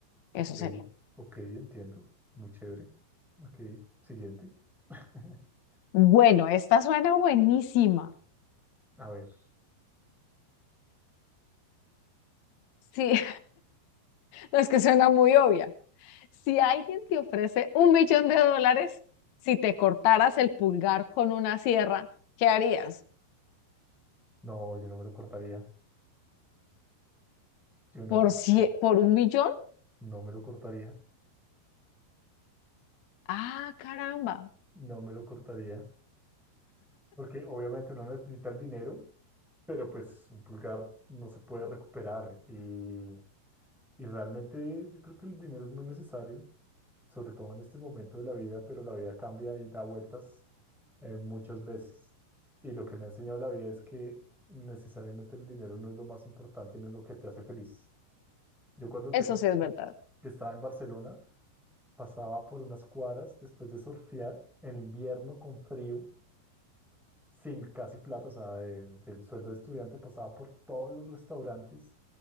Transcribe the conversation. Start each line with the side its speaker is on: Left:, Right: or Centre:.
Centre: ok,
Left: Eso sería.
Centre: ok, entiendo. Muy chévere. Ok, siguiente. <laughs>
Left: Bueno, esta suena buenísima.
Centre: A ver,
Left: Sí, <laughs> no es que suena muy obvia. Si alguien te ofrece un millón de dólares, si te cortaras el pulgar con una sierra, ¿qué harías?
Centre: no, yo no me lo cortaría. Yo no
Left: ¿Por,
Centre: me lo
Left: cie-
Centre: cortaría.
Left: por un millón?
Centre: No me lo cortaría.
Left: Ah, caramba.
Centre: No me lo cortaría. Porque obviamente uno necesita el dinero, pero pues un pulgar no se puede recuperar. Y, y realmente yo creo que el dinero es muy necesario, sobre todo en este momento de la vida, pero la vida cambia y da vueltas eh, muchas veces. Y lo que me ha enseñado la vida es que necesariamente el dinero no es lo más importante, no es lo que te hace feliz. Yo cuando
Left: Eso
Centre: te conté
Left: sí es
Centre: que
Left: verdad.
Centre: que estaba en Barcelona, pasaba por unas cuadras después de surfear en invierno con frío, sin casi plata, o sea, de- del sueldo de estudiante pasaba por todos los restaurantes